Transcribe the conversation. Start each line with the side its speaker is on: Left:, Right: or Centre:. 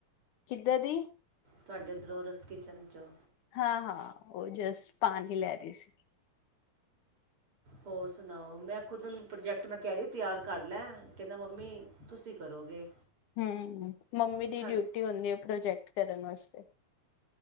Left: ਕਿੱਦਾਂ ਦੀ
Right: ਤੁਹਾਡੇੱ ੳਧਰੋਂ ਰਸ ਕਿਚਨ ਚੋਂ
Left: ਹਾਂ-ਹਾਂ ਉਹ ਜਸਟ ਪਾਣੀ ਲੈ ਰਹੀ ਸੀ।
Right: ਹੋਰ ਸੁਣਾਓ। ਮੈਂ ਖੁਦ ਹ ਪ੍ਰੋਜੈਕਟ ਮੈਂ ਕਹਿ ਰਹੀ ਤਿਆਰ ਕਰ ਲੈ। ਕਹਿੰਦਾ ਮੰਮੀ ਤੁਸੀਂ ਕਰੋਗੇ।
Left: ਹਮ ਮੰਮੀ ਦੀ
Right: ਸਾ
Left: ਡਿਊਟੀ ਹੁੰਦੀ ਹੈ। ਪ੍ਰੋਜੈਕਟ ਕਰਨ ਵਸਤੇ।